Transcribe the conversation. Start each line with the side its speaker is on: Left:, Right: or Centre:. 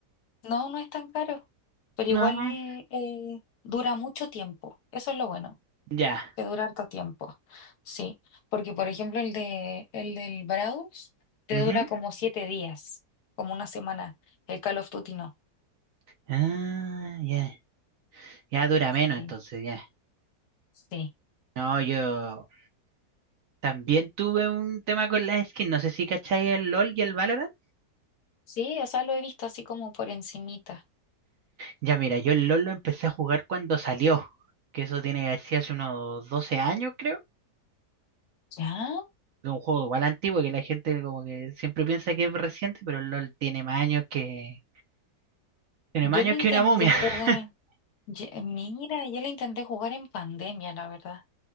Left: no, no es tan caro, pero
Right: No,
Left: igual eh, dura mucho tiempo. Eso es lo bueno,
Right: ya.
Left: que dura harto tiempo. Sí, porque por ejemplo el de, el del Browse te
Right: Ujú.
Left: dura como 7 días, como una semana. El Call of Duty no.
Right: Ah, ya. Ya dura menos,
Left: Sí,
Right: entonces, ya.
Left: sí,
Right: No, yo también tuve un tema con las skins. No sé si cacháis el LOL y el Valorant.
Left: sí, o sea, lo he visto así como por encimita.
Right: Ya, mira, yo el LOL lo empecé a jugar cuando salió. Que eso tiene que haber sido hace unos 12 años, creo.
Left: ¿Ya?
Right: Es un juego igual antiguo que la gente como que siempre piensa que es reciente, pero el LOL tiene más años que... Tiene
Left: Yo
Right: más años
Left: lo intenté
Right: que una momia.
Left: jugar,
Right: <laughs>
Left: ye- mira, yo lo intenté jugar en pandemia, la verdad,